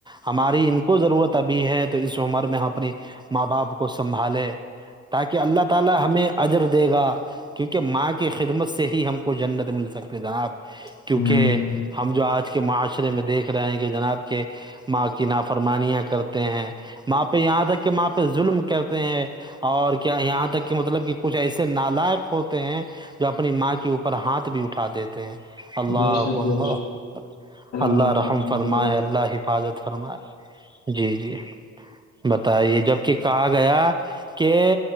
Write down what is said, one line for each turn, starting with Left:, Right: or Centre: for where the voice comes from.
Right: ہماری ان کو ضرورت ابھی ہے تو اس عمر میں ہم اپنی ماں باپ کو سنبھالے تاکہ اللہ تعالی ہمیں اجر دے گا کیونکہ ماں کی خدمت سے ہی ہم کو جنت مل سکتی جناب
Left: ہ
Right: کیونکہ ہم جو آج کے معاشرے میں دیکھ رہے ہیں کہ جناب کے ماں کی نافرمانیاں کرتے ہیں وہاں پہ یہاں تک کہ وہاں پہ ظلم کرتے ہیں اور کیا یہاں تک کہ مطلب کہ کچھ ایسے نام لائق ہوتے ہیں جو اپنی ماں کے اوپر ہاتھ بھی اٹھا دیتے اللہ
Left: جیسے
Right: اللہ اللہ
Left: معاف
Right: رحم
Left: کرنے
Right: فرمائے
Left: کے لیے۔
Right: اللہ حفاظت فرما جی جی بتائیے جب کہ کہا گیا کہ